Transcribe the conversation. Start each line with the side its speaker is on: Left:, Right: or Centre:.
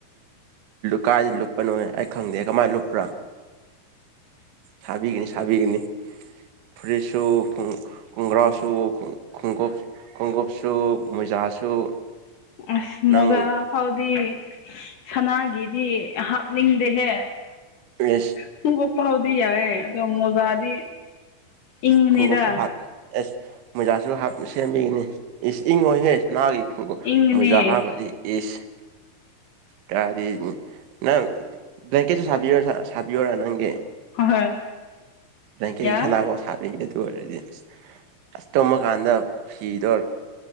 Right: ꯀꯥꯏꯗ ꯂꯨꯞꯄꯅꯣ ꯑꯩ ꯈꯪꯗꯦ ꯀꯃꯥꯏꯅ ꯂꯨꯞꯄ꯭ꯔꯥ ꯁꯥꯕꯤꯒꯅꯤ ꯁꯥꯕꯤꯒꯅꯤ ꯐꯨꯔꯤꯠꯁꯨ ꯈꯣꯡꯒ꯭ꯔꯥꯁꯨ ꯈꯣꯡꯎꯨꯞ ꯈꯣꯡꯎꯨꯞꯁꯨ ꯃꯣꯖꯥꯁꯨ
Left: ꯑꯁ
Right: ꯅꯪ
Left: ꯃꯣꯖꯥꯐꯥꯎꯗꯤ ꯁꯅꯥꯒꯤꯗꯤ ꯍꯥꯞꯅꯤꯡꯗꯦꯍꯦ
Right: ꯢꯁ
Left: ꯨꯈꯣꯡꯎꯨꯞꯐꯥꯎꯗꯤ ꯌꯥꯏꯑꯦ ꯑꯗꯣ ꯃꯣꯖꯥꯗꯤ ꯏꯪꯉꯅꯤꯗ
Right: ꯈꯣꯡꯎꯞꯁꯨ ꯍꯥꯞ ꯑꯦꯁ ꯃꯣꯖꯥꯁꯨ ꯍꯥꯞ ꯁꯦꯝꯕꯤꯒꯅꯤ ꯏꯪꯉꯣꯏꯍꯦ ꯁꯅꯥꯒꯤ ꯈꯣꯡ
Left: ꯏꯪꯉꯅꯤ
Right: ꯃꯣꯏꯖꯥ ꯍꯥꯏꯕꯗꯤ ꯢꯁ ꯀꯔꯤ ꯅꯪ ꯕ꯭ꯂꯀꯦꯠꯁꯨ ꯁ ꯁꯕꯤꯋꯨꯔ ꯅꯪꯒꯤ
Left: ꯍꯣꯏ
Right: ꯀ
Left: ꯌꯥꯏ
Right: ꯁꯅꯕ <inaudible> ꯁꯥꯗꯣꯢꯅꯦ ꯑꯗꯨ ꯑꯣꯏꯔꯗꯤ ꯑꯁ ꯇꯨꯝꯃꯀꯥꯟꯗ ꯐꯤꯗꯣ